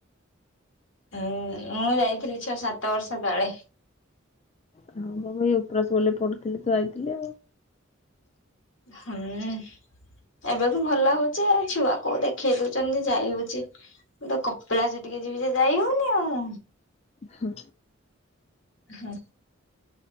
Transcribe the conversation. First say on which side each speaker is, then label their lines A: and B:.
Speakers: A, on the left (about 65°); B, on the left (about 30°).
A: ହୁଁ, ମୁଁ ଯାଇଥିଲି ଛଅ ସାତ ବର୍ଷ ତଳେ।
B: ହଁ, ମୁଁ ପା ଏଇ ଉପ୍ରା ସ୍କୁଲରେ ପଢୁଥିଲି ତ, ଯାଇଥିଲି ଆଉ।
A: ହଁନ୍। ଏବେ ବି ଭଲ ହଉଛି ଆଉ, ଛୁଆ କୋଉ ଦେଖେଇ ଦଉଛନ୍ତି ଯେ, ଯାଇ ହଉଛି। ମୁଁ ତ କପିଳାସ ଟିକେ ଯିବି ଯେ, ଯାଇ ହଉନି ଆଉ।
B: ହଁ
A: ହୁଁ,